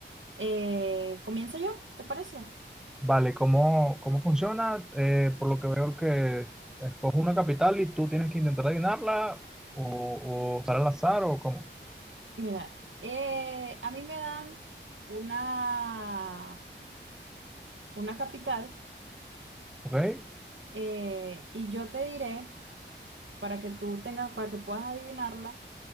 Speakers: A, on the right; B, in the centre.
A: Eh, ¿comienzo yo? ¿Te parece?
B: Vale, ¿cómo, cómo funciona? Eh, por lo que veo que escojo una capital y tú tienes que intentar adivinarla o, o usar al azar o cómo.
A: Mira, eh, a mí me dan una, una capital
B: Ok,
A: eh, y yo te diré. para que tú tengas, para que puedas adivinarla,